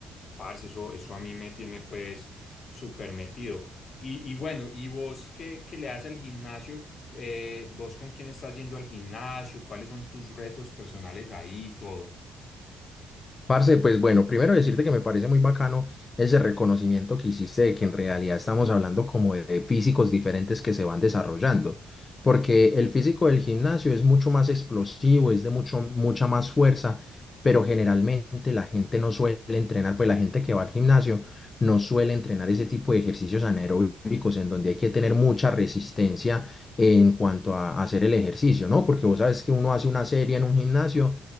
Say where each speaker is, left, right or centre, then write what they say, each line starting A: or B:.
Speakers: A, on the left (about 50°); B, on the left (about 30°).
A: parce, eso, eso a mí me tiene pues súper metido. Y, y bueno, ¿y vos qué, qué le das al gimnasio? Eh, ¿vos con quién estás yendo al gimnasio? ¿Cuáles son tus retos personales ahí y todo?
B: Parce, pues bueno, primero decirte que me parece muy bacano ese reconocimiento que hiciste de que en realidad estamos hablando como de físicos diferentes que se van desarrollando, porque el físico del gimnasio es mucho más explosivo, es de mucho, mucha más fuerza, pero generalmente la gente no suele entrenar, pues la gente que va al gimnasio no suele entrenar ese tipo de ejercicios anaeróbicos en donde hay que tener mucha resistencia en cuanto a hacer el ejercicio, ¿no? Porque vos sabes que uno hace una serie en un gimnasio